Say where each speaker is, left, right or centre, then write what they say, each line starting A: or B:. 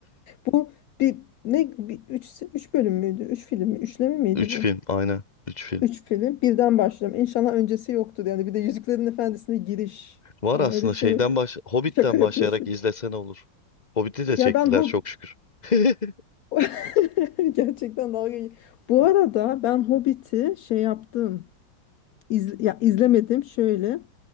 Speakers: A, on the left; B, on the left.
A: Bu bir ne bir, üç, üç bölüm müydü? Üç film mi? Üçleme miydi
B: Üç
A: bu?
B: film aynen. Üç film.
A: Üç film. Birden başlayacağım. İnşallah öncesi yoktur yani. Bir de Yüzüklerin Efendisi'ne giriş
B: Var
A: falan
B: aslında
A: öyle bir
B: şeyden
A: şey yoktu.
B: baş Hobbit'ten
A: Şaka yapıyorsun.
B: başlayarak izlesene olur. Hobbit'i de çektiler
A: Ya ben Hob
B: çok şükür. <laughs>
A: <laughs> gerçekten dalga geç- Bu arada ben Hobbit'i şey yaptım. İz, ya izlemedim şöyle.